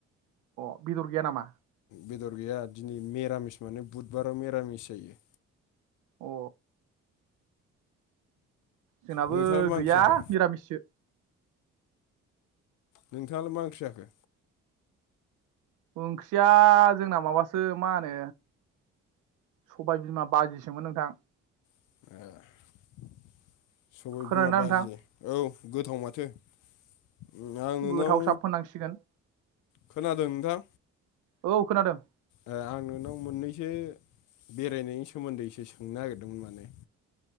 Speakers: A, on the right (about 85°); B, on the left (about 80°).
A: अ बेदर गैया नामा
B: बेदर गैया दिनै मिरामिस माने बुधबाराव मिरामिस जायो
A: अ जोंनाबो
B: नोंथाङालाय मा
A: गैया
B: ओंख्रि जाखो
A: निरामिससो
B: नोंथाङालाय मा ओंख्रि जाखो
A: ओंख्रिया जोंना माबासो मा होनो सबाय बिमा बाजिसोमोन नोंथां
B: <unintelligible> सबाय
A: खोनादोंना
B: बिमा बाजि
A: नोंथां
B: औ गोथाव माथो उम, आं नोंनाव
A: गोथावसाब होननांसिगोन
B: खोनादों नोंथां
A: औ खोनादों
B: ए आं नोंनाव मोननैसो बेरायनायनि सोमोन्दै एसे सोंनो नागिरदोंमोन माने